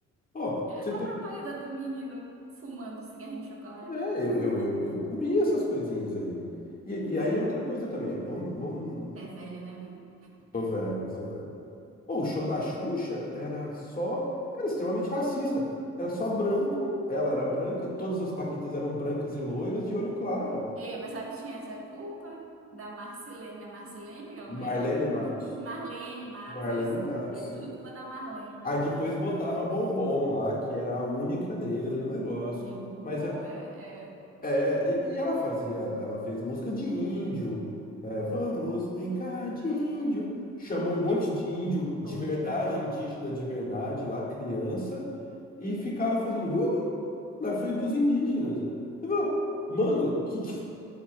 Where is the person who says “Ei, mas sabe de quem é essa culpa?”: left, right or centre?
Right